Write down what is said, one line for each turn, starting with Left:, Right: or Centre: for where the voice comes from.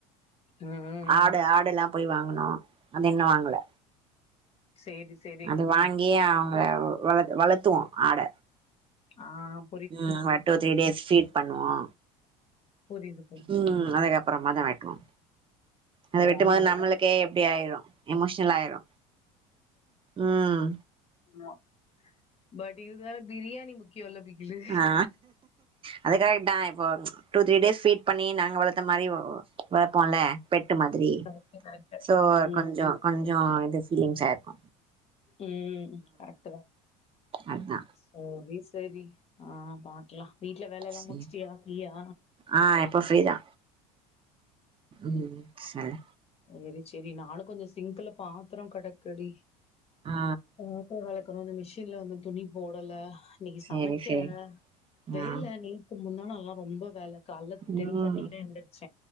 Left: ம்
Right: ஆடு
Left: ம்
Right: ஆடு எல்லாம் போய் வாங்கனு அது இன்னு வாங்கல
Left: சேரி சேரி
Right: அது வாங்கியே அவங்க வளத்து வளத்துவோ ஆட
Left: ஆம்
Right: ம் ஒரு டூ த்ரீ டேஸ் ஃபீட் பண்ணுவோ
Left: புரியுது புரியுது
Right: ம் அதுக்கப்பறமாதா வெட்டுவோ அத
Left: ஜாலிதா
Right: வெட்டும் போது நம்மளுக் கே எப்டி ஆயிரு எமோஷனல் ஆயிரு ம்
Left: மா பட் இது வேற பிரியாணி மு க்ய இல்ல பிகிலு
Right: ஆ அது கரெக்டா இப்போ டூ த்ரீ டேஸ் ஃபீட் பண்ணி நாங்க வளத்த மாரி வளப்போல பெட்டு மாதிரி
Left: கரெக்ட் கரெக்ட்
Right: சோ
Left: ம்
Right: கொஞ்ச கொஞ்ச இது ஃபீலிங்ஸா இருக்கு
Left: ம் கரெக்ட்டுதா
Right: அதா
Left: செரி செரி ஆ பாக்கலா வீட்ல வேல எல்லா
Right: சேரி
Left: முடிச்சுட்டியா ஃப்ரியா
Right: ஆ எப்ப ஃப்ரீதா ம் சரி
Left: செரி செரி நானு கொஞ்ச சிங்க்குல பாத்திர கெடக்குடி
Right: ஆ
Left: பாத்தர வெளக்கணு இன்ன மிஷின்ல வந்து துணி போடல இன்னைக்கு
Right: சேரி
Left: சமைக்க
Right: சேரி
Left: வேல
Right: ஆ
Left: நேத்து முந்தானாள்லா ரொம்ப வேல காலல
Right: ம்
Left: டென் தேட்டிக்குதா எந்திருச்ச